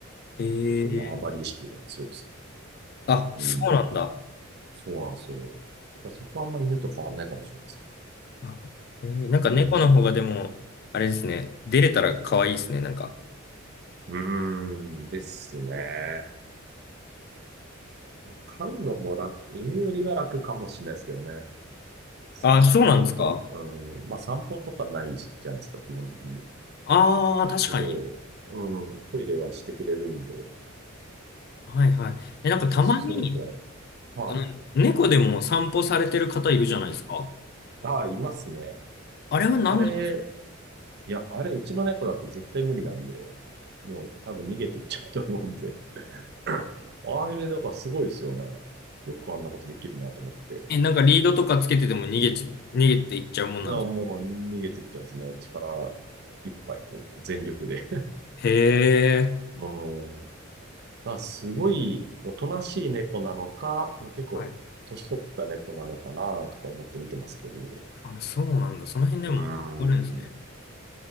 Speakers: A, on the left (about 50°); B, on the right (about 55°).
A: えー、
B: 結構縄張り意識が強いですね。
A: あ、
B: うん。
A: そうなんだ。
B: そうなんですよ。だからそこはあんまり犬と変わんないかもしれないです。
A: あ、えー、なんか猫の方がでも、
B: うん。
A: あれですね。出れたら可愛いですね、なんか。
B: うーん。ですね。飼うのも楽、犬よりは楽かもしれないですけどね。散歩と、
A: あ、そうなんですか
B: うん、まあ散歩とかないじゃないですか、基本的に。
A: ああ確かに。
B: で、うん、トイレはしてくれるんで、
A: はいはい。え、なんかたまに、
B: もうそれくらい。はい。
A: あの、猫でも散歩されてる方いるじゃないですか。
B: うんああ、いますね。
A: あれは何なんですか
B: あれ、いや、あれ、うちの猫だと絶対無理なんで、もう多分逃げてっちゃうと思うんで。<laughs> <clears throat> あれ、だからすごいですよね。よくあんなことできるなと思って。
A: え、なんかリードとかつけてても逃げち、逃げていっちゃうもんなんですか
B: ああ、もう逃げてっちゃいますね。力いっぱい、こう、全力で。
A: へ
B: <laughs>
A: え。
B: うんまあ、すごいおとなしい猫なのか、結構年取った猫なのかなとか思って見てますけど。
A: はい。あ、そうなんだ。その辺でもあるんですね。
B: うーん。